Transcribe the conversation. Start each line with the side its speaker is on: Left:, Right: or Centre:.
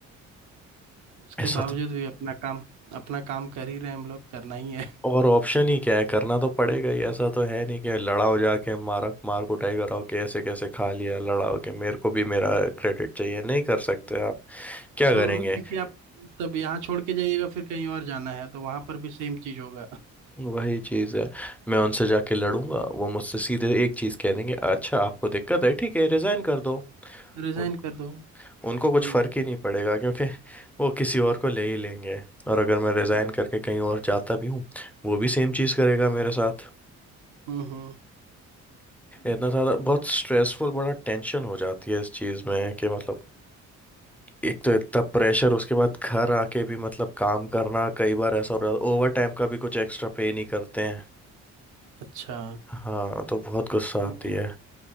Right: उसके
Centre: ऐसा
Right: बावजूद
Centre: तो
Right: भी अपना काम अपना काम कर ही रहे हैं हम लोग करना ही है
Centre: और ऑप्शन ही क्या है करना तो पड़ेगा ही ऐसा तो है नहीं कि लड़ाओ जाके मारा मार कुटाई कराओ कि ऐसे कैसे खा लिया लड़ाओ के मेरे को भी मेरा क्रेडिट चाहिए नहीं कर सकते आप
Right: <laughs>
Centre: क्या
Right: हम्म
Centre: करेंगे
Right: क्योंकि आप तब यहाँ छोड़ के जाइएगा फिर कहीं और जाना है तो वहां पर भी सेम चीज होगा <laughs>
Centre: वही चीज़ है मैं उनसे जाके लड़ूंगा वो मुझसे सीधे एक चीज़ कह देंगे अच्छा आपको दिक्कत है ठीक है रिजाइन कर दो
Right: रिजाइन
Centre: उन,
Right: कर दो
Centre: उनको कुछ
Right: हम्म
Centre: फर्क ही नहीं पड़ेगा क्योंकि वो किसी और को ले ही लेंगे और अगर मैं रिजाइन
Right: बिल-
Centre: करके कहीं और जाता भी हूँ वो भी सेम चीज़ करेगा मेरे साथ
Right: हम्म हम्म
Centre: इतना सारा बहुत स्ट्रेसफुल बड़ा टेंशन हो जाती है इस चीज़ में कि मतलब एक तो इतना प्रेशर उसके बाद घर आके भी मतलब काम करना कई बार ऐसा हो रहा है ओवर टाइम का भी कुछ एक्स्ट्रा पे नहीं करते हैं
Right: अच्छा
Centre: हाँ तो बहुत गुस्सा
Right: नहीं
Centre: आती है